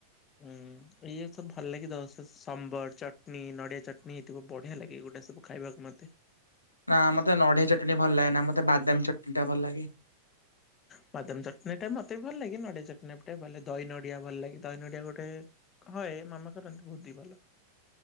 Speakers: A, on the left (about 25°); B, on the left (about 80°).
A: ହୁଁ ଇଏ ସବୁ ଭଲ ଲାଗି ଦଶ ସମ୍ବର, ଚଟଣିୀ, ନଡିଆ ଚଟଣି ହେଇଥିବ ବଢିଆ ଲାଗେ ଏଇଗୁଡ଼ା ସବୁ ଖାଇବାକୁ ମତେ -
B: ନା ମତେ ନଡିଆ ଚଟଣି ଭଲ ଲାଗେ ନା ମତେ ବାଦାମ ଚଟଣି ଟା ଭଲ ଲାଗେ।
A: ବଦାମ ଚଟନି ଟା ମତେ ବି ଭଲ ଲାଗେ ନଡିଆ ଚଟନି ଟେ ଭ ଦହି ନଡିଆ ଭଲ ଲାଗେ, ଦହି ନଡିଆ ଗୋଟେ ହଏ, ମାମା କରନ୍ତି ବହୁତ ହି ଭଲ